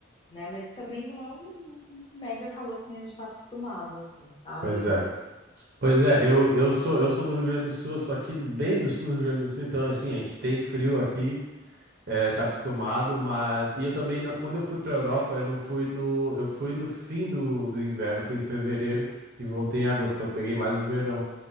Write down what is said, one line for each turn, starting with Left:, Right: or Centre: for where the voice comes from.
Left: né? Mas também não é um mega calor que nem a gente tá acostumado, assim, sabe?
Right: Pois é. Pois é, eu, eu sou eu sou do Rio Grande do Sul, eu sou aqui do, bem do sul do Rio Grande do Sul, então assim, a gente tem frio aqui, é, tá acostumado, mas e eu também não- quando eu fui pra Europa, eu não fui no eu fui no fim do, do inverno, fui em fevereiro e voltei em agosto, então eu peguei mais o verão.